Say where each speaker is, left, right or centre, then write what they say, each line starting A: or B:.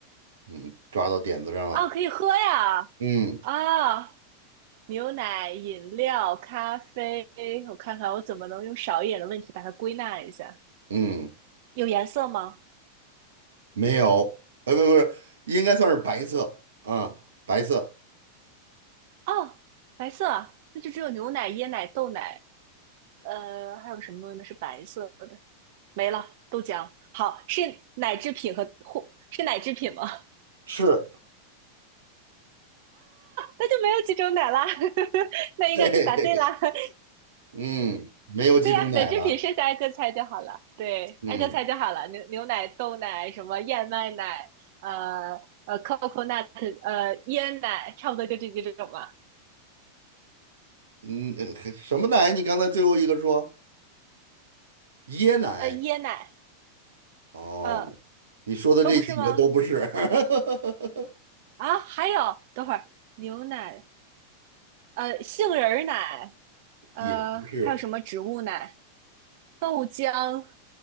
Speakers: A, on the right; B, on the right.
A: 嗯，抓到点子上了，
B: 啊，可以喝呀！
A: 嗯
B: 啊，牛奶、饮料、咖啡，我看看我怎么能用少一点的问题把它归纳一下。
A: 嗯，
B: 有颜色吗？
A: 没有，哎，不不是，应该算是白色，啊，白色
B: 哦，白色啊那就只有牛奶、椰奶、豆奶。呃，还有什么呢？是白色的，没了，豆浆。好，是奶制品和或是奶制品吗？<laughs>
A: 是，
B: 那就没有几种奶啦，<laughs>
A: <laughs>
B: 那应该就答对啦。
A: 对，
B: <laughs>
A: 嗯，没有几种奶了。
B: 对呀、奶制品剩下挨个猜就好了。对，
A: 嗯
B: 挨个猜就好了。牛牛奶、豆奶、什么燕麦奶，呃呃，coconut，呃，椰奶，差不多就这几种吧。
A: 嗯，呃什么奶？你刚才最后一个说椰奶
B: 呃，椰奶，
A: 哦，
B: 呃，
A: 你说的这几个都不是，
B: 都不是吗？
A: <laughs>
B: 啊，还有，等会儿，牛奶，呃，杏仁儿奶，呃，
A: 也不是，
B: 还有什么植物奶？豆浆，